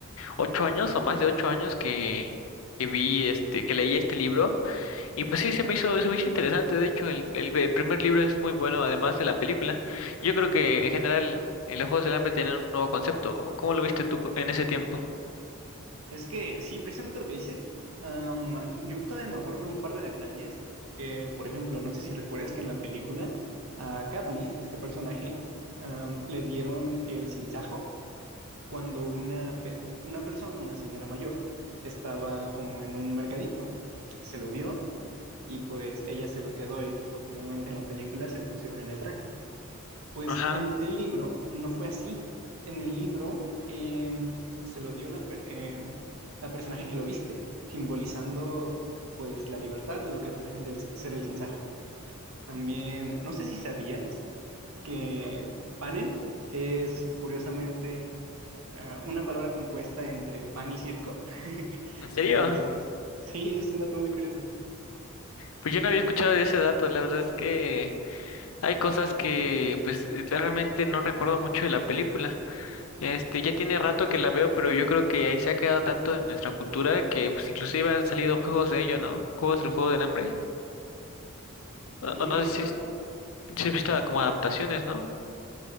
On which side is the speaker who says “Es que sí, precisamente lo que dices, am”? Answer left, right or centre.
Right